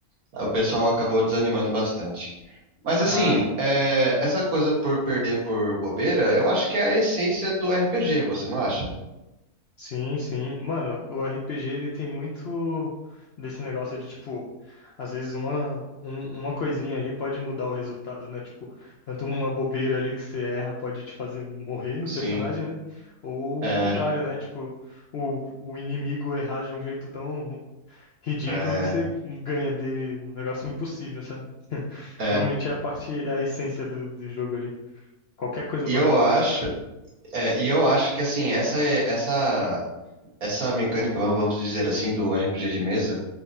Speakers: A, on the right; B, on the left.
A: o pessoal acabou desanimando bastante. Mas
B: Ah,
A: assim, é, essa coisa por perder por bobeira, eu acho que é a essência do RPG, você não acha?
B: Sim, sim. Mano, o RPG ele tem muito desse negócio de tipo, às vezes uma, um- uma coisinha ali pode mudar o resultado, né? Tipo, tanto uma bobeira ali que você erra pode te fazer morrer no
A: Sim.
B: personagem, né? Ou
A: É,
B: o contrário, né? Tipo, o, o inimigo errar de um jeito tão ridículo
A: é,
B: que você ganha dele um negócio impossível, sabe? <laughs>
A: é.
B: Realmente é a parte, é a essência do, do jogo ali. Qualquer coisa
A: E
B: pode
A: eu
B: acontecer.
A: acho, é, e eu acho que assim, essa é- essa essa mecânica, vamos vamos dizer assim, do RPG de mesa,